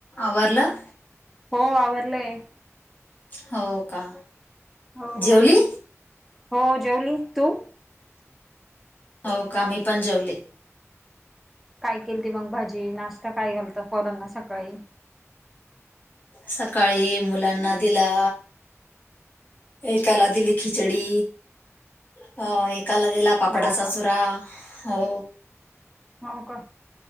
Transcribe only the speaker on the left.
आवरलं.
हो का.
जेवली.
हो का मी पण जेवले.
सकाळी मुलांना दिला एकाला दिली खिचडी अ एकाला दिला. पापडाचा
चुरा हो.